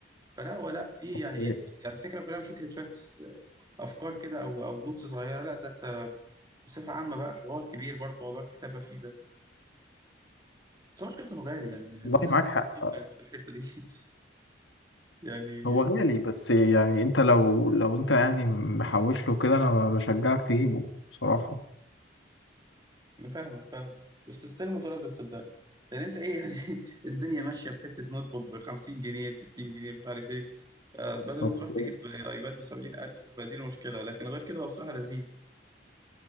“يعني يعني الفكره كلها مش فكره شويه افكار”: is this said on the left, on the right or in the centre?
Right